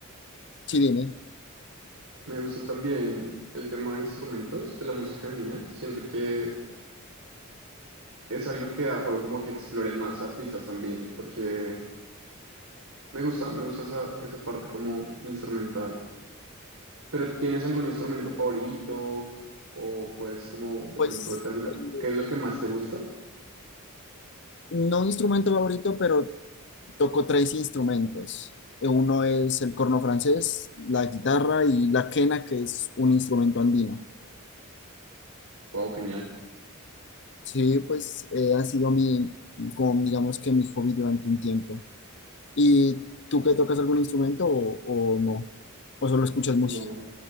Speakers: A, on the left; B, on the right.
A: sí, dime,
B: me gustó también el tema de instrumentos de la música andina. Siento que es algo que da juego como que exploren más artistas también, porque me gusta, me gusta esa, esa parte como instrumental. ¿Pero tienes algún instrumento favorito o puedes como de
A: pues
B: pronto determinar
A: eh,
B: qué es lo que más te gusta?
A: no instrumento favorito, pero toco tres instrumentos. Eh, Uno es el corno francés, la guitarra y la quena, que es un instrumento andino.
B: Wow, genial.
A: Sí, pues eh, ha sido mi, como digamos que mi hobby durante un tiempo. ¿Y tú que tocas algún instrumento o, o no? ¿O solo escuchas música?
B: No,